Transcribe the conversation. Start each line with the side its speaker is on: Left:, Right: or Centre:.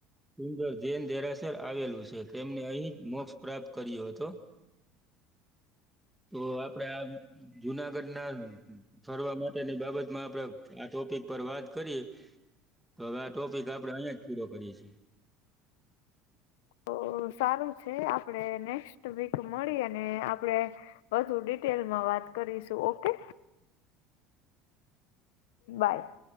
Centre: સુંદર જૈન દેરાસર આવેલું છે તેમને અહીં જ મોક્ષ પ્રાપ્ત કર્યો હતોું તો આપડે આ જુનાગઢ ના ફરવા માટે ની બાબત માં આપડ આ ટોપિક પર વાત કરી તો હવે આ ટોપિક આપડે અહીિયાં જ પૂરો કરીએ છીએ
Left: તો સારું છે આપણેે નેક્સ્ટ વીક મળી અને આપડે વધુ ડિટેલમાં વાત કરીશું ઓકે બાય